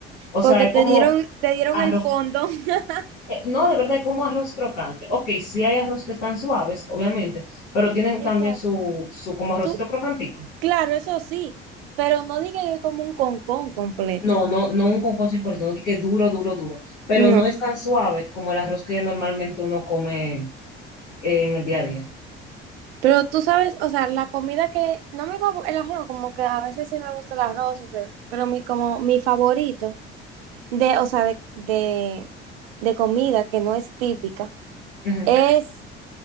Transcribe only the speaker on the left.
O sea,
es
como
arroz
eh, no, de verdad, es como arroz crocante. Ok, sí hay arroz que están suaves, obviamente, pero tienen
también su, su como arrocito
crocantico.
No, no, no un concón 100%, no di que duro, duro, duro, pero
no es tan suave como el arroz que normalmente uno come eh, en el día a día.
Ujú.